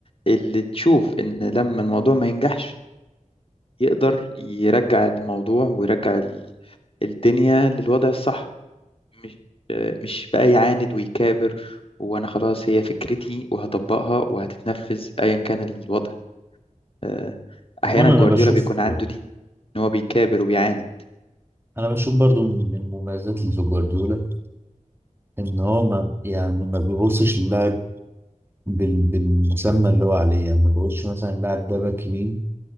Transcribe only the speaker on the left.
اللي تشوف ان لما الموضوع ما ينجحش يقدر يرجع الموضوع ويرجع ال- الدنيا للوضع الصح مش آه، مش بقى يعاند ويكابر وانا خلاص هي فكرتي وهطبقها وهتتنفذ ايا كان الوضع آه، احيانا
جوارديولا
بيكون عنده دي ان هو بيكابر وبيعاند